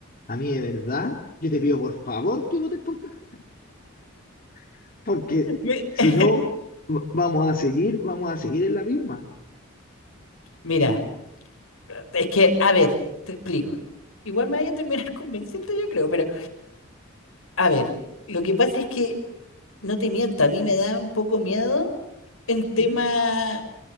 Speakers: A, on the left; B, on the left.
A: a mí de verdad, yo te pido por favor que votes por Kast, <laughs> porque
B: <laughs> me-
A: si
B: <laughs>
A: no, v- vamos a seguir, vamos a seguir en la misma.
B: mira, es que, a ver, te explico. Igual me vaya a terminar <laughs> convenciendo, yo creo, pero a ver, lo que pasa es que no te miento, a mí me da un poco miedo el tema,
A: ¿m?